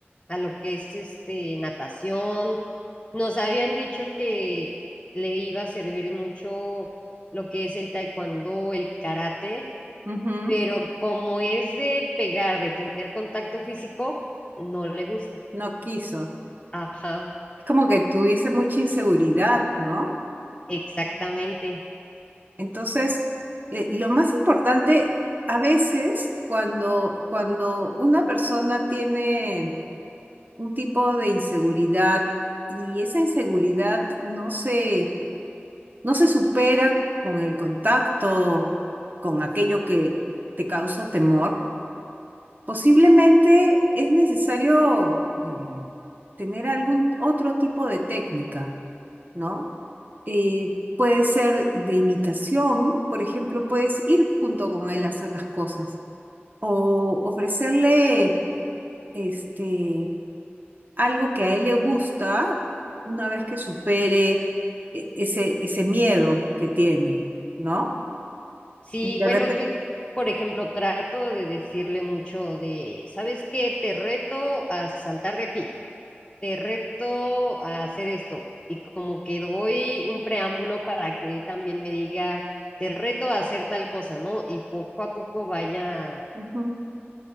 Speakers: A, on the left; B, on the right.
A: a lo que es este, natación. Nos habían dicho que le iba a servir mucho lo que es el taekwondo, el karate,
B: Ujú,
A: pero como es de pegar, de tener contacto físico, no le gusta.
B: No quiso.
A: Ajá,
B: Es como que tuviese mucha inseguridad, ¿no?
A: exactamente.
B: Entonces, eh, lo más importante, a veces, cuando, cuando una persona tiene un tipo de inseguridad y esa inseguridad no se, no se supera con el contacto, con aquello que te causa temor. Posiblemente es necesario eh, tener algún otro tipo de técnica, ¿no? Eh, puede ser de imitación, por ejemplo, puedes ir junto con él a hacer las cosas o ofrecerle este, algo que a él le gusta una vez que supere e- ese, ese miedo que tiene, ¿no?
A: Sí,
B: De
A: bueno,
B: repente,
A: yo, por ejemplo, trato de decirle mucho de, ¿sabes qué? Te reto a saltar de aquí, te reto a hacer esto. Y como que doy un preámbulo para que él también me diga, te reto a hacer tal cosa, ¿no? Y poco a poco vaya,
B: ujú.